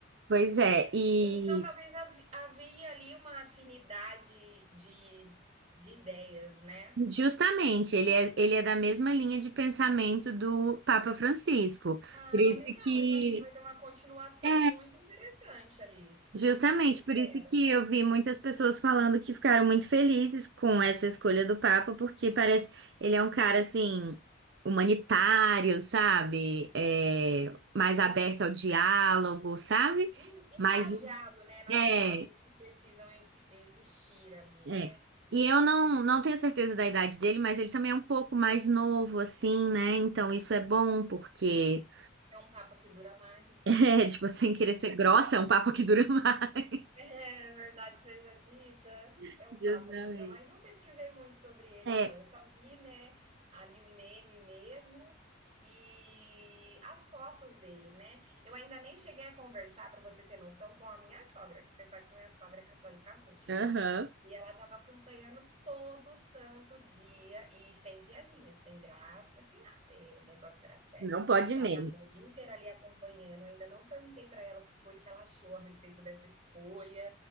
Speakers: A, on the right; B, on the right.
A: Pois é, e
B: Então, talvez hav- havia ali uma afinidade de, de ideias, né?
A: justamente ele é, ele é da mesma linha de pensamento do Papa Francisco. Por
B: Ah,
A: isso
B: legal.
A: que
B: Então a gente vai ter uma continuação
A: é,
B: muito interessante ali.
A: Justamente
B: Eu espero.
A: por isso que eu vi muitas pessoas falando que ficaram muito felizes com essa escolha do Papa, porque parece ele é um cara assim humanitário, sabe? É, mais aberto ao diálogo, sabe?
B: En- Engajado,
A: mais
B: né, nas
A: é,
B: causas que precisam exi- existir ali,
A: é.
B: né?
A: E eu não não tenho certeza da idade dele, mas ele também é um pouco mais novo assim, né? Então isso é bom porque
B: É um papo que dura mais.
A: <laughs> é, tipo, sem querer ser grossa, é um papo que dura mais.
B: É, é verdade seja dita,
A: <laughs>
B: é um
A: Justamente.
B: papo que dura mais. Não pesquisei muito sobre ele,
A: É.
B: não. Eu só vi, né, ali o meme mesmo e as fotos dele, né? Eu ainda nem cheguei a conversar, para você ter noção, com a minha sogra, que você sabe que minha sogra é católica roxa,
A: Aham.
B: né? E ela estava acompanhando todo santo dia e sem piadinha, sem graça, sem nada. E o negócio era sério.
A: Não pode menos.
B: Ela passava o dia inteiro ali acompanhando, Eu ainda não perguntei para ela o que foi que ela achou a respeito dessa escolha,